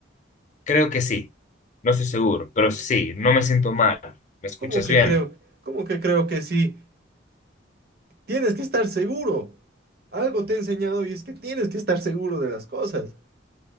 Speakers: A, on the left; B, on the right.
A: Creo que sí. No estoy seguro, pero sí, no me siento mal. ¿Me escuchas
B: ¿Cómo que
A: bien?
B: creo? ¿Cómo que creo que sí? Tienes que estar seguro. Algo te he enseñado y es que tienes que estar seguro de las cosas.